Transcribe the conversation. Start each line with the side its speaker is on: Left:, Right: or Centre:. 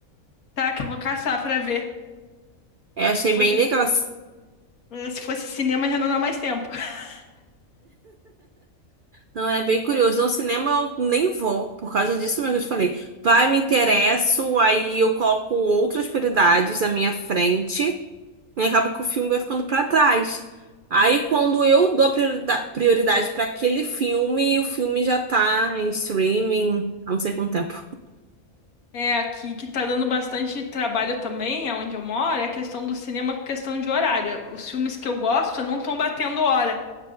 Left: tá, que eu vou caçar pra ver.
Right: Eu achei
Left: Se fosse,
Right: bem legal.
Left: eh, se fosse cinema, já não dá mais tempo. <laughs>
Right: Não, é bem curioso. No cinema eu nem vou, por causa disso mesmo que eu te falei. Vai, me interesso, aí eu coloco outras prioridades na minha frente e acaba que o filme vai ficando pra trás. Aí quando eu dou a priorida- prioridade pra aquele filme, o filme já tá em streaming há não sei quanto tempo.
Left: É, aqui que tá dando bastante trabalho também, aonde eu moro, é a questão do cinema, questão de horário. Os filmes que eu gosto não estão batendo hora.